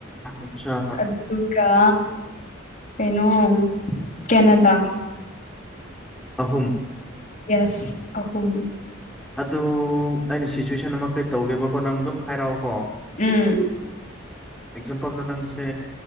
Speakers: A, in the centre; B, on the left.
A: ꯑꯆꯥ
B: ꯑꯗꯨ ꯗꯨꯒ ꯀꯩꯅꯣ ꯀꯦꯅꯗꯥ
A: ꯑꯍꯨꯝ
B: ꯌꯦꯁ ꯑꯍꯨꯝ
A: ꯑꯗꯨ ꯑꯩꯅ ꯁꯤꯆꯨꯋꯦꯁꯟ ꯑꯃ ꯀ꯭ꯔꯤꯠ ꯇꯧꯒꯦꯕꯀꯣ ꯅꯪ ꯑꯗꯨꯝ ꯍꯥꯏꯔꯛꯑꯣꯀꯣ
B: ꯎꯝ
A: ꯑꯦꯛꯖꯥꯝꯄꯜ ꯗ ꯅꯪꯁꯦ